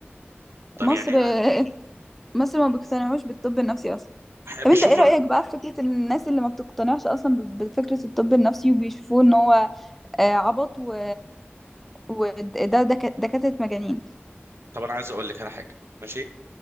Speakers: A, on the right; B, in the centre.
A: طب
B: مصر
A: يعني
B: <laughs> مصر ما بيقتنعوش بالطب النفسي اصلا طب
A: بيشوفوا
B: انت ايه رأيك
A: ال-
B: بقى في فكرة إن الناس اللي ما بتقتنعش اصلا ب- بفكرة الطب النفسي وبيشوفوه ان هو آه، عبط و وده دك- دكاترة مجانين
A: طب انا عايز اقول لك على حاجه ماشي